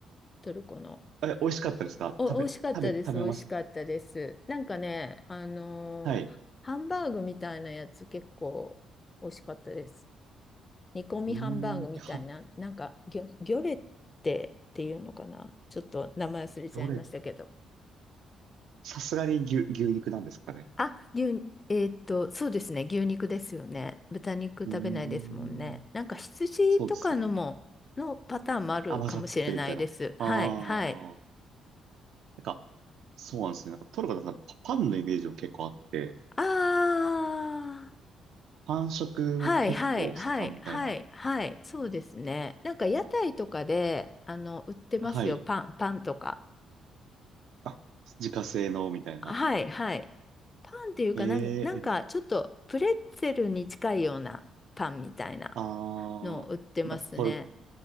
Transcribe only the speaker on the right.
え、美味しかったですか食べ、
食べ、食べます。
はい。
うーん。は、
どれ、さすがに牛、牛肉なんですかね。
うーん。
そうですよね。
あ、混ざってるみたいな。
ああ。
なんか、そうなんですね。なんかトルコだとんパパンのイメージも結構あって、
パン食も結構盛んみたいな。
はい。
あ、自家製のみたいな。
ええ、
めあ
ー、まあ、トル、